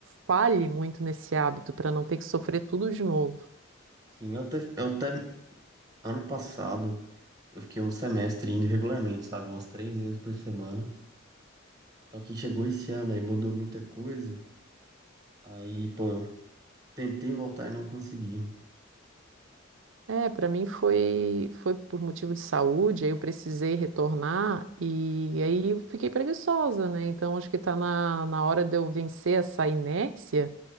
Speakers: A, on the right (about 65°); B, on the right (about 20°).
A: falhe muito nesse hábito para não ter que sofrer tudo de novo.
B: Sim, eu até, eu até. Ano passado, eu fiquei um semestre indo regularmente, sabe? Umas três vezes por semana. Só que chegou esse ano, aí mudou muita coisa. Aí, pô, eu tentei voltar e não consegui.
A: É, para mim foi foi por motivo de saúde, aí eu precisei retornar e aí eu fiquei preguiçosa, né? Então acho que tá na, na hora de eu vencer essa inércia